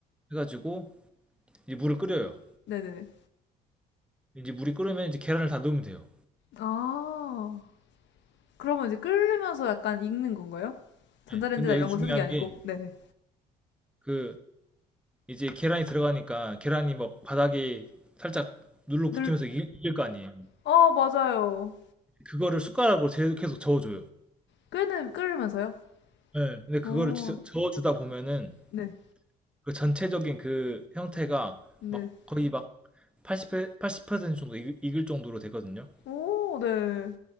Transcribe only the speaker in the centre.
해가지고 이제 물을 끓여요.
이제 물이 끓으면 이제 계란을 다 넣으면 돼요.
예. 근데 여기
중요한
게
그 이제 계란이 들어가니까 계란이 막 바닥에 살짝 눌러
붙으면서 익- 익을 거 아니에요.
그거를 숟가락으로 계속 계속 저어줘요.
예. 근데 그거를
지- 저어주다 보면은
그 전체적인 그 형태가
막 거의 막 80, 80% 정도 익- 익을 정도로 되거든요.